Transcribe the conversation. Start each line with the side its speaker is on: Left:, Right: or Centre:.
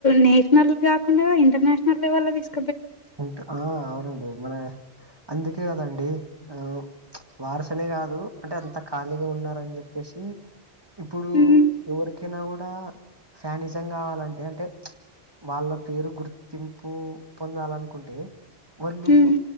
Left: నేషనల్ కాకుండా ఇంటర్నేషనల్ లెవెల్ లో తీసుకు
Right: ఇంకా ఆ అవునండి మన అందుకే కదండి ఆ పరశులే కాదు అంటే అంత ఖాళీగా ఉన్నారని చెప్పేసి ఇప్పుడు
Left: మ్మ్
Right: ఎవరికైనా కూడా ఫ్యానిజం కావాలంటే అంటే వాళ్ళ పేరు గుర్తింపు పొందాలని కుంటే వాళ్ళు
Left: మ్మ్